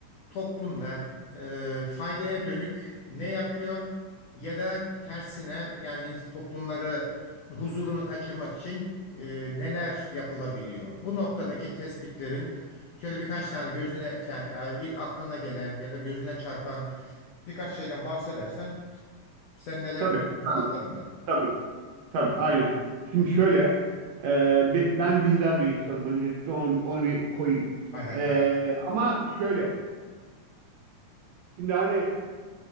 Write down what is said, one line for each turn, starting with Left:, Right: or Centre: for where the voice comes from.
Left: toplumda e, faydaya dönük ne yapıyor ya da tersine yani toplumları huzurunu kaçırmak için e, neler yapılabiliyor? Bu noktadaki tespitlerin şöyle birkaç tane gözüne yani yani ilk aklına gelen ya da gözüne çarpan birkaç şeyden bahsedersen sen neler
Right: Tabii,
Left: düşünüyorsun
Right: tabii,
Left: anlarım ben.
Right: tabii, tabii, aynen. Şimdi şöyle, e, bi- ben dindar bir insanım. Öncelikle onu, bir- onu bir koyayım.
Left: Hay hay.
Right: E, ama şöyle, şimdi hani